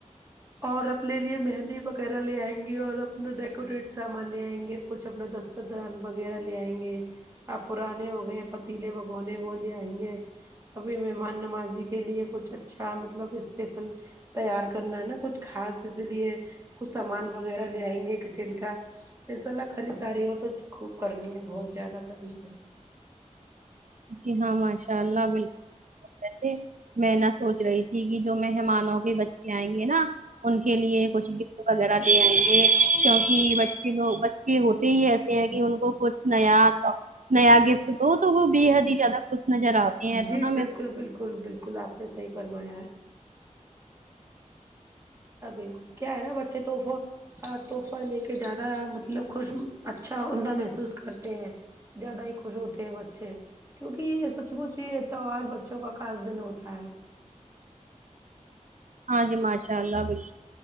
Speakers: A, on the right; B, on the right.
A: اور اپنے لیے مہندی وغیرہ لے آئیں گے اور اپنا ڈیکوریٹ سامان لے آئیں گے کچھ اپنا دس تو دان وغیرہ لے آئیں گے آپ پرانے ہو گئے پتیلے بگونے وہ لے آئیں گے ابھی مہمان نمازی کے لیے کچھ اچھا مطلب اسپیشل تیار کرنا ہے نا کچھ خاص اس لیے کچھ سامان وغیرہ لے آئیں گے کچن کا انشاءاللہ خریداری ہو تو خوب کرنی ہے بہت زیادہ کرنی ہے
B: جی ہاں ماشاء اللہ بلکل رہتے ہیں میں نہ سوچ رہی تھی کہ جو مہمانوں کے بچے آئیں گے نا ان کے لیے کچھ گفٹ وغیرہ لے آئیں گے کیونکی بچے لوگ چے ہوتے ہی ایسے ہیں کی ان کو کچھ نیا نیا گفٹ دو تو وہ بے حد ہی زیادہ خوش نظر آتے ہیں
A: جی
B: تو نا
A: بالکل
B: میں
A: بالکل بالکل آپ نے صحیح فرمایا ہے ہاں بالکل کیا ہے نا بچے توفو ہاہ تحفہ لے کے زیادہ مطلب خوش اچھا عمدہ محسوس کرتے ہیں زیادہ ہی خوش ہوتے ہیں بچے کیونکی یے سچ مچ یے تہوار بچوں کا خاص دن ہوتا ہے
B: ہاں جی ماشاء اللہ بالکل